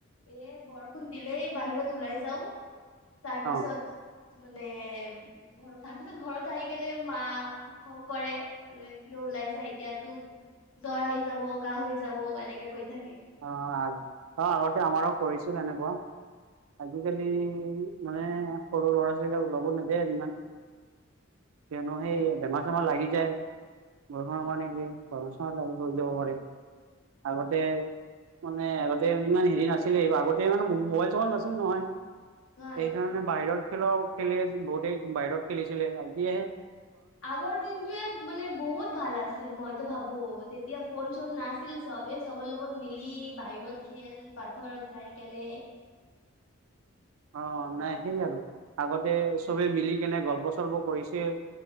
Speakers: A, on the left; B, on the right.
A: এ, বৰষুণ দিলেই বাহিৰত ওলাই যাওঁ। তাৰপিছত
B: অ
A: মানে, ঘৰ তাৰপিছত ঘৰত আহি কেনে মা খং কৰে। বোলে কিয় ওলাইছা, এতিয়াতো জ্বৰ আহি যাব। কাঁহ হৈ যাব এনেকে কৈ থাকে।
B: অ', আগ অ', আগতে আমাৰো কৰিছিল এনেকুৱা। আজিকালি মানে, সৰু ল'ৰা-ছোৱালীগাল ওলাব নিদিয়ে আৰু ইমান। কিয়নো সেই
A: হয়,
B: বেমাৰ চেমাৰ লাগি যায়, বৰষুণৰ
A: ঠিক
B: পানী দি। বেমাৰ চেমাৰ লাগি পৰি যাব পাৰে। আগতে মানে, আগতে ইমান হেৰি নাছিলে, এই আগতে মানে মোবাইল চোবাইল নাছিল নহয়।
A: হয়।
B: সেই কাৰণে বাহিৰত খেলাও খেলে, বহুতে বাহিৰত খেলিছিলে, এতিয়াহে
A: আগৰ দিন টোৱে মানে বহুত ভাল আছিল, মইতো ভাবো তেতিয়া ফোন চোন নাছিল চবে চবৰ লগত মিলি, বাহিৰত খেল, পাথৰত যাই কেনে
B: অ',
A: এইবিলাক
B: নাই সেই আৰু, আগতে চবে মিলি কেনে গল্প চল্প কৰিছিল।